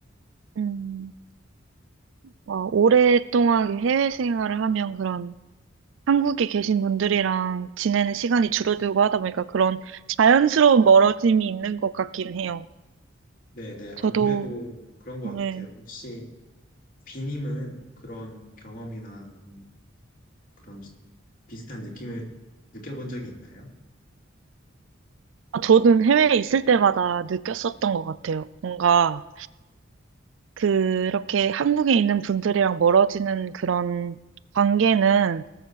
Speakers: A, on the right (about 70°); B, on the left (about 45°).
A: 음, 어, 오랫동안 해외 생활을 하면 그런 한국에 계신 분들이랑 지내는 시간이 줄어들고 하다 보니까 그런 자연스러운 멀어짐이 있는 것 같긴 해요.
B: 네네, 아무래도
A: 저도,
B: 그런 것
A: 네.
B: 같아요. 혹시 비님은 그런 경험이나 음, 그런 비슷한 느낌을 느껴본 적이 있나요?
A: 아, 저는 해외에 있을 때마다 느꼈었던 것 같아요. 뭔가 그렇게 한국에 있는 분들이랑 멀어지는 그런 관계는